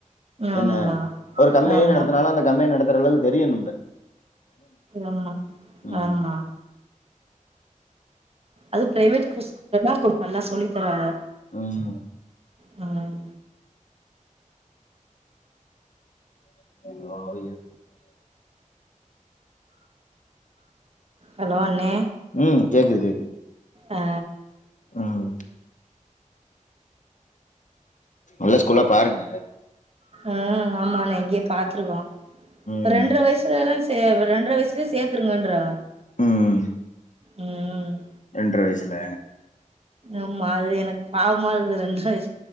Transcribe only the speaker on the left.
என்ன ஒரு கம்மேனி
நடத்தனாலும் அந்த கம்மேனி நடத்த த்தரளவுக்கு தெரியணு
ம்
ம்
<inaudible>
ம் கேக்குது கேக்குது
ம் நல்ல ஸ்கூல்லா பாருங்க
ம்
ம்
ன்ற வயசுல